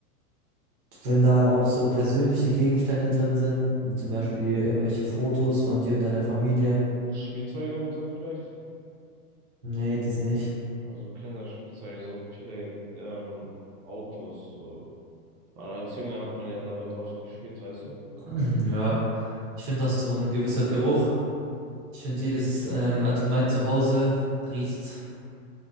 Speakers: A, on the right; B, on the right.
A: wenn da auch so persönliche Gegenstände drin sind, wie zum Beispiel irgendwelche Fotos von dir und deiner Familie.
B: Spielzeuge und so vielleicht?
A: Nee, das nicht.
B: Also Kinderspielzeuge, so viele ähm, Autos. So. Man, als Junge hat man ja damit oft gespielt, weißt du?
A: <clears throat> Ja, ich finde auch so ein gewisser Geruch. Ich finde jedes, ähm, also mein Zuhause riecht.